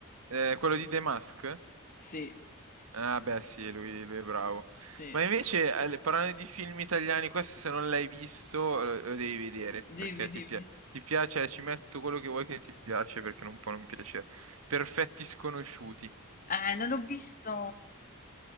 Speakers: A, on the right; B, on the left.
A: eh, eh, quello di The Mask?
B: sì,
A: Ah, beh, sì, lui, lui è bravo.
B: sì,
A: Ma invece, eh, parlando di film italiani, questo se non l'hai visto, lo, lo devi vedere,
B: dimmi,
A: perché ti,
B: dimmi.
A: pia- ti piace, ci metto quello che vuoi che ti piace, perché non può non piacere. Perfetti sconosciuti,
B: Eh, non l'ho visto,